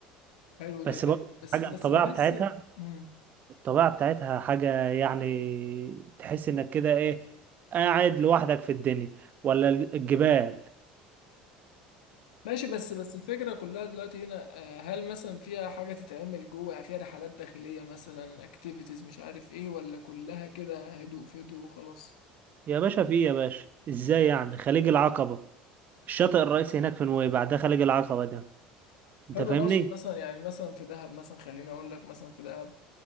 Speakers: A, on the left (about 80°); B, on the right (about 45°).
A: حلو ده
B: بس
A: جامد
B: برضه
A: بس
B: حاجه
A: بس
B: الطبيعه
A: بحس
B: بتاعتها
A: مم.
B: الطبيعه بتاعتها حاجه يعني تحس انك كده ايه قاعد لوحدك في الدنيا ولا الجبال
A: ماشي بس بس الفكرة كلها دلوقتي هنا آه، هل مثلا فيها حاجة تتعمل جوه يعني فيها رحلات داخلية مثلا اكتيفيتيز مش عارف ايه ولا كلها كده هدوء في هدوء وخلاص
B: يا باشا في إيه يا باشا ازاي يعني خليج العقبة الشاطئ الرئيسي هناك في نويبع ده خليج العقبة ده انت
A: حلو
B: فاهمني
A: انا اقصد مثلا يعني مثلا في دهب مثلا خليني اقول لك مثلا في دهب